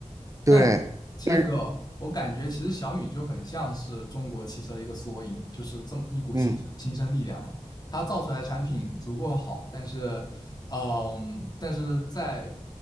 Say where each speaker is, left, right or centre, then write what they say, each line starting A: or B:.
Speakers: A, on the right (about 25°); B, on the left (about 35°).
A: 对，
B: 但其实哥，
A: 但是，
B: 我感觉其实小米就很像是中国汽车的一个缩影，就是这么一股新新生力量嘛。
A: 嗯
B: 它造出来的产品足够好，但是，嗯，但是在